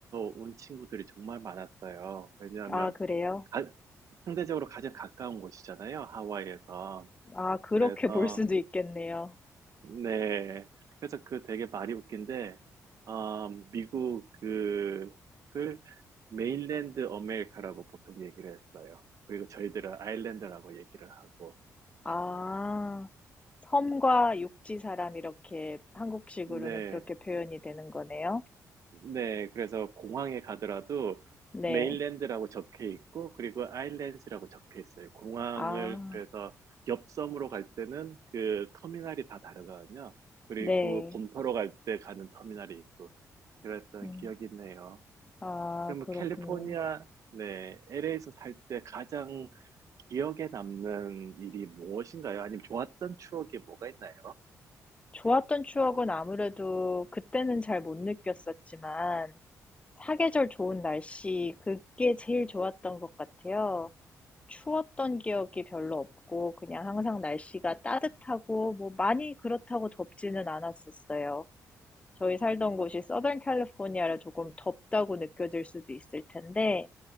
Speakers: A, on the right (about 60°); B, on the left (about 20°).
A: 온 친구들이 정말 많았어요. 왜냐하면
B: 아, 그래요?
A: 가- 상대적으로 가장 가까운 곳이잖아요, 하와이에서.
B: 아, 그렇게
A: 그래서
B: 볼 수도 있겠네요.
A: 네. 그래서 그 되게 말이 웃긴데, 아, 미국 그, 을 메인랜드 어메리카라고 보통 얘기를 했어요. 그리고 저희들은 아일랜드라고 얘기를 하고.
B: 아, 섬과 육지 사람 이렇게 한국식으로는
A: 네.
B: 그렇게 표현이 되는 거네요.
A: 네. 그래서 공항에 가더라도
B: 네.
A: 메인랜드라고 적혀 있고, 그리고 아일랜드라고 적혀 있어요. 공항을,
B: 아,
A: 그래서 옆섬으로 갈 때는 그 터미널이 다 다르거든요. 그리고
B: 네.
A: 본토로 갈 때 가는 터미널이 있고, 그랬던
B: 음.
A: 기억이 있네요.
B: 아,
A: 그러면
B: 그렇군요.
A: 캘리포니아, 네, LA에서 살 때 가장 기억에 남는 일이 무엇인가요? 아니면 좋았던 추억이 뭐가 있나요?
B: 좋았던 추억은 아무래도 그때는 잘 못 느꼈었지만, 사계절 좋은 날씨, 그게 제일 좋았던 것 같아요. 추웠던 기억이 별로 없고, 그냥 항상 날씨가 따뜻하고, 뭐 많이 그렇다고 덥지는 않았었어요. 저희 살던 곳이 서던 캘리포니아라 조금 덥다고 느껴질 수도 있을 텐데,